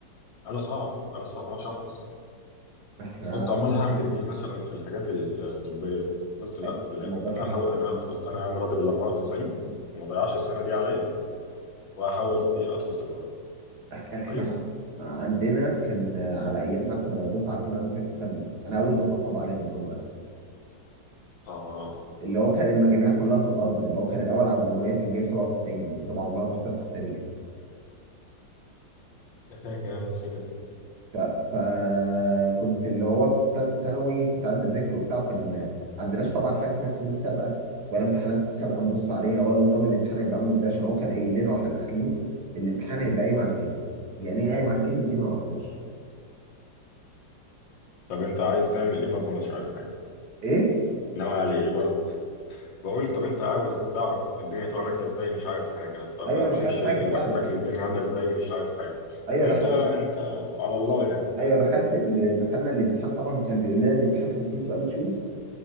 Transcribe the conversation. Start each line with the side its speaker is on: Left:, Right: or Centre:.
Left: انا صعب انا صعب ما اعرفش احفظ
Right: احنا
Left: قلت امال هعمل ايه مثلا في الحاجات الطبيه قلت لا
Right: أيوة
Left: بلاها
Right: الموضوع
Left: انا
Right: كان
Left: هحاول
Right: جميل.
Left: انا ادخل انا عامل راضي بال 94 وما ضيعش السنه دي عليا وهحاول ايه ادخل تجاره
Right: إح- احنا
Left: كويس
Right: عن- عندنا كان على أيامنا احنا دفعة اسمها دفعة التابلت أنا أول دفعة طبق عليها النظام ده
Left: اه
Right: اللي هو كان المجاميع كلها في الأرض اللي هو كان الأول على الجمهورية كان جايب 97 والسبعة عمرها ما حصلت في التاريخ
Left: انا فاكر انا السنه دي
Right: ف... فكنت اللي هو في ثالثه ثانوي كنت قاعد بذاكر وبتاع وكان ما عندناش طبعا حاجه اسمها سنين سابقه ولا امتحانات سابقه نبص عليها ولا نظام الامتحان هيبقى عامل ازاي عشان هو كان قايل لنا واحنا داخلين الامتحان هيبقى قايم على الفهم يعني ايه قايم على الفهم دي ما نعرفهاش
Left: طب انت عايز تعمل ايه برضه مش عارف حاجه
Right: ايه
Left: ناوي على ايه برضه بقول طب انت عاوز تعرف الدنيا تبقى ماشيه ازاي مش عارف حاجه طب
Right: ايوه
Left: هتمشي
Right: مش عارف حاجه
Left: يبقى
Right: فعلا
Left: شكل الدنيا عامله ازاي مش عارف حاجه
Right: ايوه
Left: انت
Right: ده حقيقي
Left: انت على الله يعني
Right: ايوه دخلت دخلنا الامتحان طبعا وكان بيقول لنا الامتحان 50 سؤال تشوز